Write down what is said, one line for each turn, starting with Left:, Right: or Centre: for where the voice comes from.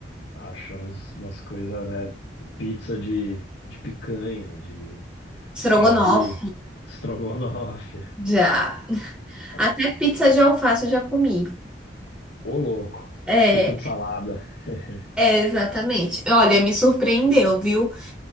Left: acha uns- umas coisas, né? Pizza de, de picanha, de...
Centre: Estrogonofe,
Left: Já vi estrogonofe. <laughs>
Centre: já.
Left: Ah,
Centre: Até pizza de alface eu já comi.
Left: ô louco.
Centre: É,
Left: Pizza de salada. <laughs>
Centre: é, exatamente. Olha, me surpreendeu, viu?